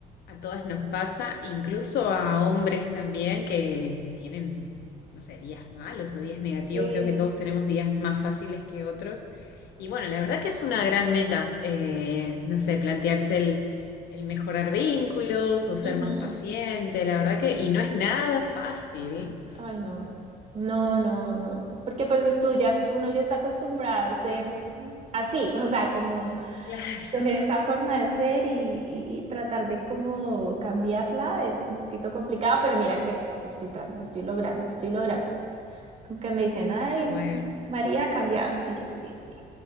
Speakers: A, on the left; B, on the right.
A: A todas nos pasa, incluso a hombres también que, que tienen, no sé, días malos o días negativos.
B: Sí.
A: Creo que todos tenemos días más fáciles que otros. Y bueno, la verdad que es una gran meta, eh, no sé, plantearse el, el mejorar vínculos o ser
B: Ujú.
A: más paciente, la verdad que, y no es nada fácil. <laughs>
B: Ay, no. No, no, no. Porque pues es tú ya, uno ya está acostumbrado a ser así, o sea, como
A: Claro,
B: tener esa forma de ser y, y- y tratar de como cambiarla es un poquito complicado, pero mira que lo estoy, tra- lo estoy logrando, lo estoy logrando. Como que me dicen, ay,
A: qué bueno.
B: María ha cambiado. Y yo, sí, sí.